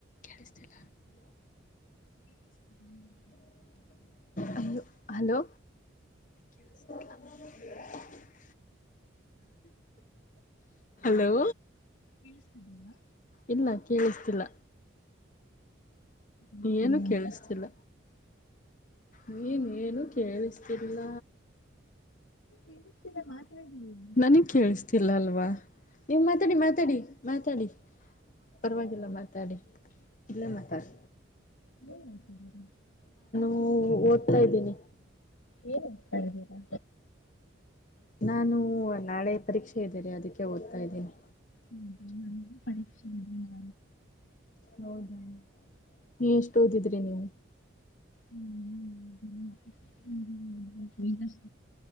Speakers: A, on the left (about 40°); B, on the left (about 80°).
A: ಕೇಳಿಸಿತ್ತಿಲ್ಲ......
B: ಕೇಳಿಸ್ತಿದೀನಿ-
A: ಹಲೋ ಹಲೋ ಕ ಸ್ <inaudible> ಹಲೋ.
B: ಕೇಳಿಸ್ತಿದ್ದಲ್ಲ.
A: ಇಲ್ಲ ಕೇಳಿಸ್ತಿಲ್ಲ.
B: ಗೂತಿಲಾ
A: ಏನು ಕೇಳಿಸ್ತಿಲ್ಲ
B: ಅಂತ.
A: ನೀನೇನು ಏನೂ ಕೇಳಿಸ್ತಿಲ್ಲ.
B: ಕೇಳಿಸ್ತಿದೆ ಮಾತಾಡಿ ಹ್ಮ್.
A: ನನಗ್ ಕೇಳಿಸತಿಲ್ಲ ಅಲ್ವಾ ನೀವು್ ಮಾತಾಡಿ ಮಾತಾಡಿ ಮಾತಾಡಿ. ಪರವಾಗಿಲ್ಲ ಮಾತಾಡಿ ಇಲ್ಲೇ ಮಾತಾಡ್.
B: ಹ ಆಯತ
A: ಹ್ಮ್ ಓದ್ತಾ ಇದ್ದೀನಿ.
B: ಏನ್ ಓದ್ತಾ ಇದ್ದೀರಾ
A: ನಾನು ನಾಳೆ ಪರೀಕ್ಷೆ ಇದ್ದೀನೆ ಅದಕ್ಕೆ ಓದ್ತಾ ಇದ್ದೀನಿ
B: ಹ್ಮ ನನಗೆ ಪರೀಕ್ಷೆ ಇದೇನಾ.
A: ಹೌದ ನೀ ಎಷ್ಟ ಓದಿದ್ರಿ ನೀವು.
B: ಹ್ಮ್ ಹ್ಮ್ ಹ್ಮ್..